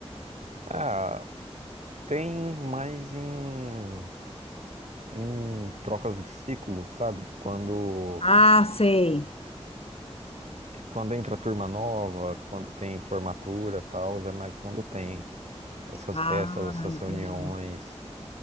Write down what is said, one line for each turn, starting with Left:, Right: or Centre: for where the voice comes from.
Right: Ah, tem mais em. em trocas de ciclo, sabe? Quando.
Left: Ah, sei.
Right: quando entra turma nova, quando tem formatura tal, é mais quando tem essas
Left: Ah,
Right: festas, essas
Left: entendi.
Right: reuniões.